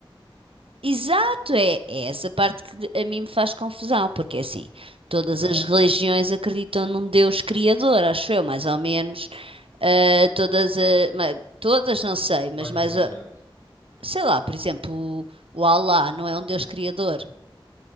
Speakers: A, on the right; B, on the left.
A: Exato, é, é essa parte que de- a mim me faz confusão, porque é assim, todas
B: Exato.
A: as religiões acreditam num Deus criador, acho eu, mais ou menos. Ah, todas, ah, ma- todas não sei, mas
B: Quais
A: mais,
B: religiões?
A: ah, sei lá, por exemplo, o, o Alá não é um Deus criador,